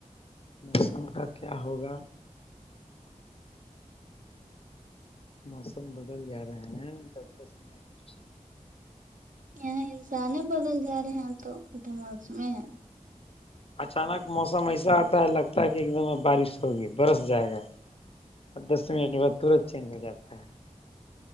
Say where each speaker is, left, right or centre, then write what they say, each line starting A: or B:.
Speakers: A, on the left (about 45°); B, on the right (about 80°).
A: موسم کا کیا ہوگا موسم بدل جا رہا ہیں دس دس منٹ کچھ
B: یہاں انسانے بدل جا رہے ہیں تو اٹامالس میں ہے
A: اچانک موسم ایسا آتا ہے لگتا ہے کہ ایک دم بارش ہوگی برس جائے گا اور دس منٹ کے بعد ترت چینج ہو جاتا ہے